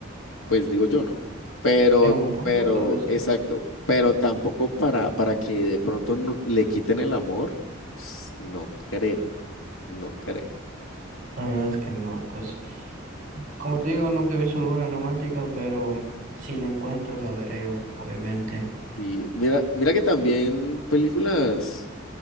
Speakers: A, on the left; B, on the right.
A: pues digo yo, ¿no? Pero,
B: en un punto
A: pero,
B: tal vez sí.
A: exacto, pero tampoco para, para que de pronto no- le quiten el amor, pues, no creo, no creo.
B: La verdad es que no, pues como te digo, nunca he visto alguna romántica, pero si la encuentro la veré, o- obviamente.
A: Y mira, mira que también películas